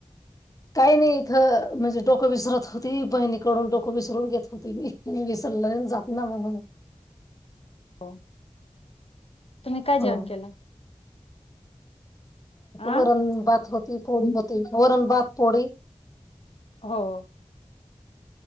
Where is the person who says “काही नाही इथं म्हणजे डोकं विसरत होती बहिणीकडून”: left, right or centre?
Left